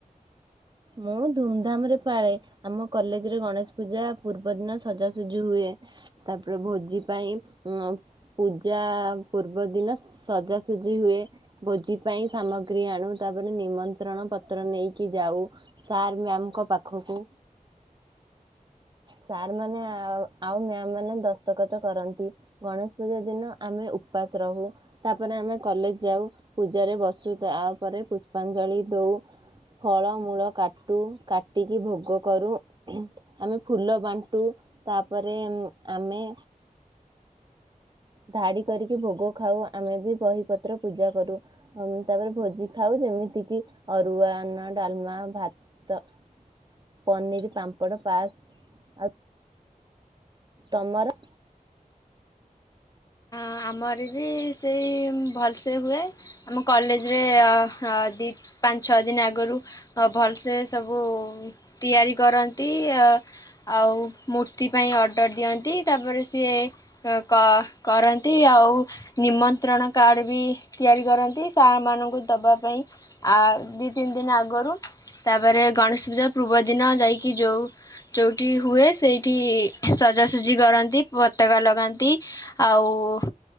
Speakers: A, on the right; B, on the left.
A: ମୁଁ ଧୁମଧାମ୍ ରେ ପାଳେ। ଆମ କଲେଜରେ ଗଣେଶ ପୂଜା ପୂର୍ବ ଦିନ ସଜାସଜି ହୁଏ। ତାପରେ ଭୋଜି ପାଇଁ ଉଁ ପୂଜା ପୂର୍ବ ଦିନ ସଜାସଜି ହୁଏ। ଭୋଜି ପାଇଁ ସାମଗ୍ରୀ ଆଣୁ ତାପରେ ନିମନ୍ତ୍ରଣ ପତ୍ର ନେଇକି ଯାଉ ସାର୍ ମ୍ୟାମ୍ ଙ୍କ ପାଖକୁ। ସାର୍ ମାନେ ଆଉ ମ୍ୟାମ୍ ମାନେ ଦସ୍ତକତ କରନ୍ତି। ଗଣେଶ ପୂଜା ଦିନ ଆମେ ଉପବାସ ରହୁ ତାପରେ ଆମେ କଲେଜ ଯାଉ ପୂଜାରେ ବସୁ ତାପରେ ପୁଷ୍ପାଞ୍ଜଳି ଦଉ। ଫଳ ମୂଳ କାଟୁ କାଟିକି ଭୋଗ କରୁ ଆମେ ଫୁଲ ବାଣ୍ଟୁ ତାପରେ ଆମେ ଧାଡି କରିକି ଭୋଗ ଖାଉ ଆମେ ବି ବହିପତ୍ର ପୂଜା କରୁ। ହଁ ତାପରେ ଭୋଜି ଖାଉ ଯେମିତି କିି ଅରୁଆ ଅନ୍ନ, ଡାଲମା, ଭାତ ପନିର, ପାମ୍ପଡ, ପାସ୍ ଆଉ ତମର?
B: ଆମର ବି ସେଇ ଭଲସେ ହୁଏ। ଆମ କଲେଜରେ ଦି ପାଞ୍ଚ, ଛଅ ଦିନ ଆଗରୁ ଅ ଭଲସେ ସବୁ ତିଆରି କରନ୍ତି ଅ ଆଉ ମୂର୍ତ୍ତି ପାଇଁ ଅର୍ଡ଼ର ଦିଅନ୍ତି ତାପରେ ସିଏ କ କର ଆଉ ନିମନ୍ତ୍ରଣ କାର୍ଡ ବି ତିଆରି କରନ୍ତି ସାର୍ ମାନଙ୍କୁ ଦବା ପାଇଁ। ଆ ଦୁଇ ତିନି ଦିନ ଆଗରୁ ତାପରେ ଗଣେଶ ପୂଜା ପୂର୍ବ ଦିନ ଯାଇକି ଯୋଉ ଯୋଉଠି ହୁଏ ସେଇଠି ସଜାସଜି କରନ୍ତି ପତାକା ଲଗାନ୍ତି। ଆଉ।